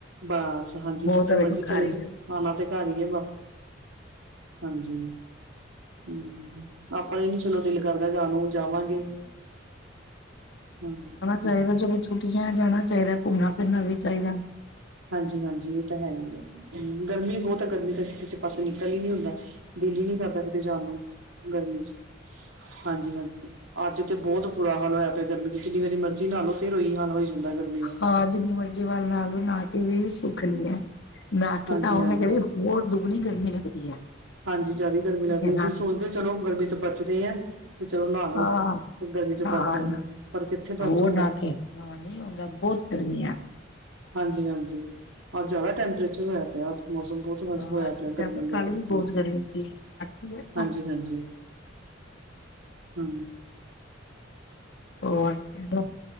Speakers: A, on the right (about 80°); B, on the left (about 65°).
A: ਬਸ ਹਾਂਜੀ
B: ਬਹੁਤ
A: ਜਿੱਥੇ
B: ਵੇਖੋ
A: ਮਰਜੀ
B: ਘਰ
A: ਚਲੇ
B: ਹੀ
A: ਜਾਓ ਆਣਾ ਤੇ ਘਰ ਹੀ ਹੈ ਵਾਪ ਹਾਂਜੀ, ਹੂੰ। ਆਪਾਂ ਹੀ ਨੀ ਚਲੋ ਦਿਲ ਕਰਦਾ ਜਾਣ ਨੂੰ ਜਾਵਾਂਗੇ, ਹੂੰ
B: ਜਾਇਦਾ ਜਦੋਂ ਛੁੱਟੀਆਂ ਜਾਣਾ ਚਾਹੀਦਾ ਘੁੰਮਣਾ ਫਿਰਨਾ ਵੀ ਚਾਹੀਦਾ
A: ਹਾਂਜੀ-ਹਾਂਜੀ, ਇਹ ਤਾਂ ਹੈ ਹੀ ਹੈ ਗਰਮੀ ਬਹੁਤ ਆ ਗਰਮੀ ਕਰਕੇ ਕਿਸੇ ਪਾਸੇ ਨਿਕਲ ਹੀ ਨਹੀਂ ਹੁੰਦਾ। ਦਿੱਲ ਹੀ ਨੀ ਕਰਦਾ ਕਿਤੇ ਜਾਣ ਨੂੰ ਗਰਮੀ ਚ ਹਾਂਜੀ- ਹਾਂਜੀ ਅੱਜ ਤੇ ਬਹੁਤ ਬੁਰਾ ਹਾਲ ਹੋਇਆ, ਗਰਮੀ ਚ ਜਿੰਨੀ ਵਾਰੀ ਮਰਜ਼ੀ ਨਹਾ ਲੋ ਫਿਰ ਉਹੀ ਹਾਲ ਹੋ ਜਾਂਦਾ ਗਰਮੀ ਦਾ
B: ਹਾਂ ਜਿੰਨੀ ਮਰਜ਼ੀ ਵਾਰ ਨਹਾ ਲਓ ਨਹਾ ਕੇ ਵੀ ਸੁੱਖ ਨਈ ਹੈ। ਨਹਾ ਕਿ
A: ਹਾਂਜੀ
B: ਤਾਂ ਉਹ
A: ਹਾਂਜੀ
B: ਮੈਂ ਕ ਹੋਰ ਦੁੱਗਣੀ ਗਰਮੀ ਲੱਗਦੀ ਹੈ।
A: ਹਾਂਜੀ ਜ਼ਿਆਦਾ ਹੀ ਗਰਮੀ ਲੱਗਦੀ
B: ਜਨਾ
A: ਅਸੀਂ ਸੋਚਦੇ ਹਾਂ ਚਲੋ ਗਰਮੀ ਤੋਂ ਬਚਦੇ ਹਾ ਤੇ ਚਲੋ ਨਹਾ ਲਓ
B: ਹਾਂ
A: ਤੇ ਗਰਮੀ ਚ
B: ਹਾਂ
A: ਬਚਾਂਗੇ
B: ਨਾ
A: ਪਰ ਕਿੱਥੇ ਬਚ
B: ਹੋਰ
A: ਹੁੰਦਾ
B: ਨਾ ਕੇ ਹਾਂ ਨਹੀਂ ਆਉਂਦਾ ਬਹੁਤ ਗਰਮੀ ਆ।
A: ਹਾਂਜੀ-ਹਾਂਜੀ ਹੋਰ ਜ਼ਿਆਦਾ ਟੈਂਪਰੇਚਰ ਹੋਇਆ ਪਿਆ ਮੌਸਮ ਬੋ ਹੋਇਆ
B: ਹਾਂ ਅੱਜ
A: ਪਿਆ
B: ਵੀ ਟਾਈਮ
A: ਗਰਮੀ ਵਾਲਾ,
B: ਕੱਲ ਵੀ ਬਹੁਤ ਗਰਮੀ ਸੀ ਅੱਜ ਵੀ ਹੈ ਕੱਲ
A: ਹਾਂਜੀ-ਹਾਂਜੀ।
B: ਵੀ।
A: ਹ
B: ਓ ਅੱਛਾ